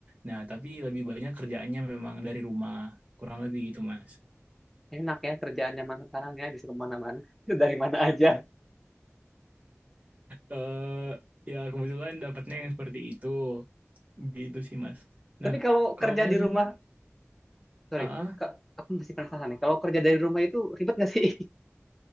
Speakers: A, on the right (about 30°); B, in the centre.
A: Nah, tapi lebih banyak kerjaannya memang dari rumah, kurang lebih gitu, Mas.
B: enak ya kerjaan zaman sekarang ya bisa kemana-mana <laughs> dari mana aja.
A: Eh ya kebetulan dapatnya yang seperti itu gitu sih, Mas.
B: Tapi
A: Nah,
B: kalau
A: kalau
B: kerja
A: Mas
B: di
A: sendiri,
B: rumah Sorry,
A: ah,
B: Kak, aku masih penasaran nih. Kalau kerja dari rumah itu ribet nggak sih?